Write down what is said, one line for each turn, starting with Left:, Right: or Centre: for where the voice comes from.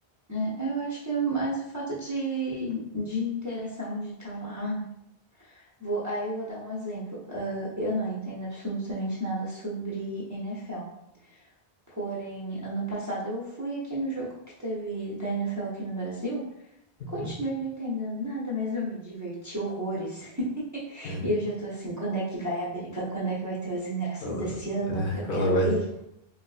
Right: É, eu acho que é mais o fato de, de interação, de estar lá. Vou, aí eu vou dar um exemplo. Ah, eu não entendo absolutamente nada sobre NFL. Porém, ano passado eu fui aqui no jogo que teve da NFL aqui no Brasil.
Left: Uhum.
Right: Continuei não entendendo nada, mas eu me diverti horrores. <laughs>
Left: É,
Right: E eu já tô assim, quando é que vai abrir? vai- Quando é que vai ter os ingressos
Left: quando,
Right: esse ano?
Left: é,
Right: Eu
Left: quando
Right: quero
Left: vai,
Right: ir.